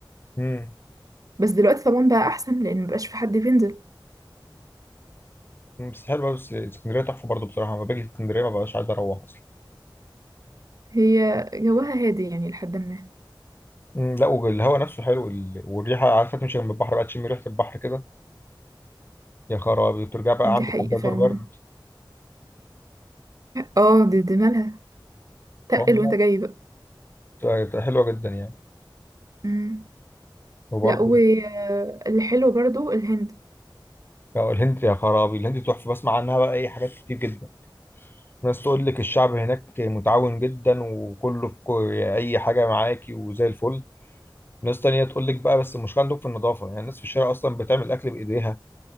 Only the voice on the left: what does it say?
امم
بس حلو بس اسكندريه تحفه برضه بصراحه لما باجي اسكندريه ما ببقاش عايز اروح اصلا
مم، لا والهواء نفسه حلو ال- والريحه عارفه تمشي جنب البحر بقى تشم ريحه البحر كده يا خرابي وترجع بقى
عندك
احلى
دور برد
والله
بتبقى بتبقى حلوه جدا يعني
وبرضه
بقى الهند يا خرابي الهند تحفه بسمع عنها بقى اي حاجات كتير جدا ناس تقول لك الشعب هناك متعاون جدا وكله في كو... اي حاجه معاكي وزي الفل ناس تانية تقول لك بقى بس المشكله عندهم في النظافه يعني الناس في الشارع اصلا بتعمل اكل بايديها